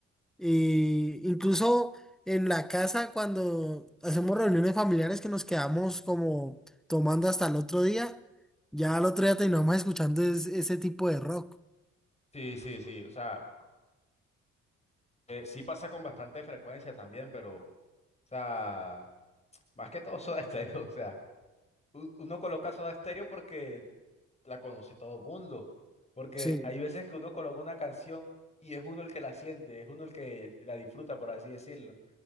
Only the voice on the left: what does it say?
Sí, sí, sí, o sea, eh, sí pasa con bastante frecuencia también, pero, o sea, más que todo Soda Stereo, <laughs> o sea, u- uno coloca Soda Stereo porque la conoce todo el mundo, porque
hay veces que uno coloca una canción y es uno el que la siente, es uno el que la disfruta, por así decirlo,